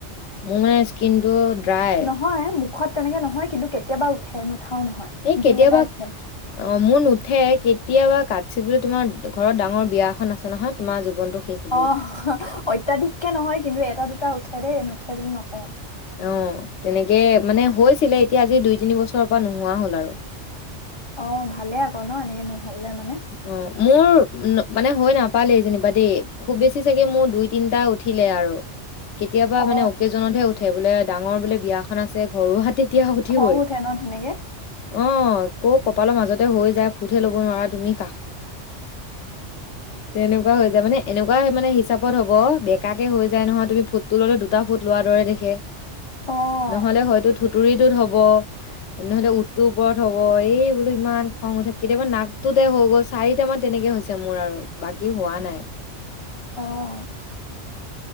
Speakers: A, on the left; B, on the left.
A: মোৰ মানে স্কিনটো ড্ৰাই।
B: হয় মুখত তেনেকে নহয় কিন্তু কেতিয়াবা উঠে, নুঠাও নহয়
A: এই কেতিয়াবা
B: দুই এটা উঠে।
A: অ' মোৰ নুঠে কেতিয়াবা কাতচিৎ তোমাৰ ঘৰত ডাঙৰ বিয়াখন আছে নহয় জীৱনটো শেষ। হ'বই।
B: অ' অত্যাধিককে নহয় কিন্তু এটা দুটা উঠে দেই, নুঠে বুলি নকওঁ।
A: অ' তেনেকে মানে হৈছিলে, এতিয়া আজি দুই তিনি বছৰৰ পৰা নোহোৱা হ'ল আৰু।
B: অ' ভালে আকৌ ন' এনেকে নহ'লে মানে।
A: উম, মোৰ মানে হৈ নাপালেই যেনিবা দেই। খুব বেছি চাগে মোৰ দুই তিনটা উঠিলে আৰু। কেতিয়াবা
B: অ
A: মানে অকেজনতহে উঠে, বোলে ডাঙৰ বোলে বিয়াখন আছে ঘৰো হাটিত তেতিয়া উঠিবই।
B: খং উঠে ন তেনেকে
A: অ' কৌ কপালৰ মাজতে হৈ যায়, ফুটহে ল'ব নোৱাৰা তুমি। <inaudible> তেনেকুৱা হৈ যায়, মানে এনেকুৱা মানে হিচাপত হ'ব বেকাকে হৈ যায় নহয় তুমি ফোঁট টো ল'লে দুটা ফোঁট লোৱাৰ দৰে দেখে,
B: অ
A: নহ'লে হয়তো থুতুৰিটোত হ'ব। নহ'লে উঠটোৰ ওপৰত হ'ব, এই বোলো ইমান খং উঠে কেতিয়াবা নাকটোত তে হৈ গ'ল, চাৰিট মান তেনেকে হৈছে মোৰ আৰু বাকী হোৱা নাই।
B: অ'।